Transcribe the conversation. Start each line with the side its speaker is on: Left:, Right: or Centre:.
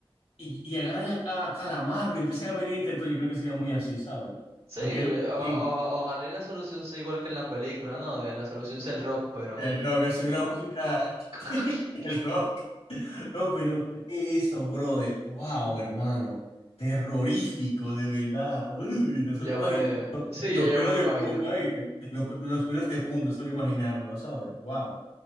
Left: y- y agarran a, a Calamardo y empiezan a venir intentos. Yo creo que sería muy así, ¿sabes?
Right: Sí,
Left: Porque es lo que
Right: o- o-
Left: digo,
Right: ojalá y la solución sea igual que en la película, ¿no? De- La solución sea el rock, pero
Left: el rock, así, una música,
Right: <laughs>
Left: <laughs> el rock. No, pero eso, brother. Wow, hermano. Terrorífico, de verdad. Uy, no solo
Right: ya
Left: imagino.
Right: me... Sí,
Left: Los
Right: ya, ya
Left: pelos
Right: me lo
Left: de
Right: imagino.
Left: punta, ¿viste? Los, pe- los pelos de punta, no solo imaginármelo, ¿sabes? Wow.